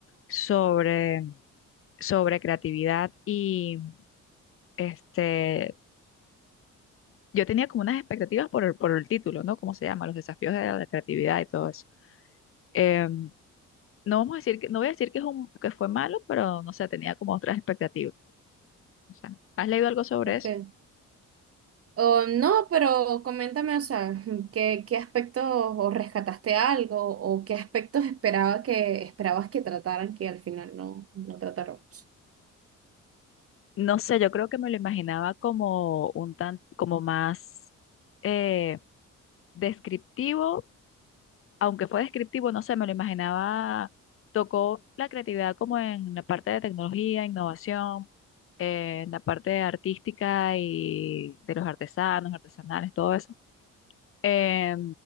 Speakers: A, on the left (about 45°); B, on the right (about 50°).
A: sobre, sobre creatividad y este, yo tenía como unas expectativas por el, por el título, ¿no? ¿Cómo se llama? Los desafíos de la creatividad y todo eso. Em, no vamos a decir que, no voy a decir que es un, que fue malo, pero no sé, tenía como otras expectativas. O sea, ¿has leído algo sobre
B: Ok.
A: eso?
B: Oh, no, pero coméntame, o sea, <laughs> ¿qué, qué aspectos o rescataste algo o qué aspectos esperaba que, esperabas que trataran que al final no, no trataron?
A: No sé, yo creo que me lo imaginaba como un tan, como más eh, descriptivo aunque fue descriptivo, no sé, me lo imaginaba, tocó la creatividad como en la parte de tecnología, innovación, eh, en la parte artística y de los artesanos, artesanales, todo eso. Eh,